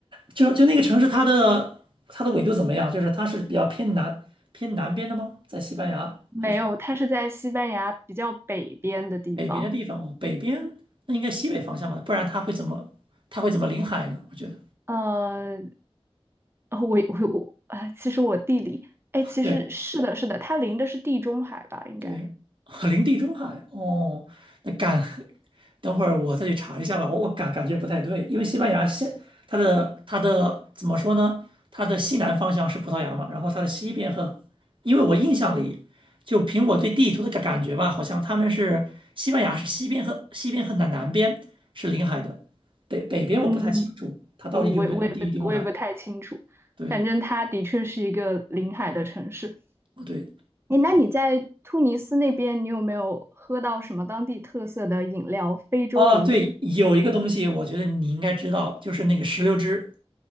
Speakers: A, on the right; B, on the right.
A: 就就那个城市，它的它的纬度怎么样？就是它是比较偏南偏南边的吗？在西班牙还是
B: 没有，它是在西班牙比较北边的地方。
A: 北边的地方？哦，北边那应该西北方向吧，不然它会怎么它会怎么临海呢？我觉得。
B: 呃，我我我，哎，其实我地理，哎，其实是的，
A: 对。
B: 是的，它临的是地中海吧，应该。
A: 对，<laughs> 林地中海哦，那感，<laughs> 等会儿我再去查一下吧。我我感感觉不太对，因为西班牙现它的它的怎么说呢？它的西南方向是葡萄牙嘛，然后它的西边和，因为我印象里，就凭我对地图的感感觉吧，好像他们是西班牙是西边和西边和南南边是临海的，北北边我不太清楚它到底有没有跟地地中海。
B: 嗯，我我我也不我也不太清楚，
A: 对，
B: 反正它的确是一个临海的城市。
A: 哦对，
B: 哎，那你在突尼斯那边，你有没有喝到什么当地特色的饮料？非洲饮品？
A: 哦对，有一个东西我觉得你应该知道，就是那个石榴汁。